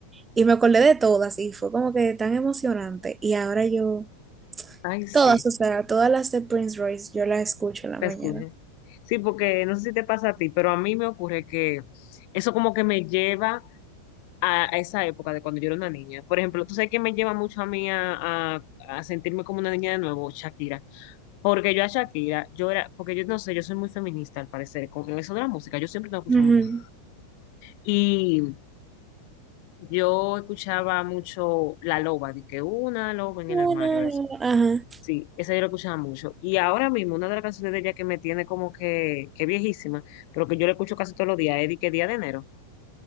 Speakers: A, on the right; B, on the left.
A: y me acordé de todas y fue como que tan emocionante y ahora yo,
B: Ay, sí,
A: todas, o sea, todas las de Prince Royce, yo las escucho en la
B: te
A: mañana.
B: escucho. Sí, porque no sé si te pasa a ti, pero a mí me ocurre que eso como que me lleva a, a esa época de cuando yo era una niña. Por ejemplo, tú sabes que me lleva mucho a mí a, a- a sentirme como una niña de nuevo, Shakira. Porque yo a Shakira, yo era, porque yo no sé, yo soy muy feminista al parecer, con eso de la música, yo siempre tengo que
A: Ujú.
B: escuchar mujer. Y yo escuchaba mucho La Loba, de que una loba en
A: Una,
B: el armario, eso.
A: no, no, no. ajá.
B: Sí, esa yo la escuchaba mucho. Y ahora mismo, una de las canciones de ella que me tiene como que, que viejísima, pero que yo la escucho casi todos los días, es de que Día de Enero.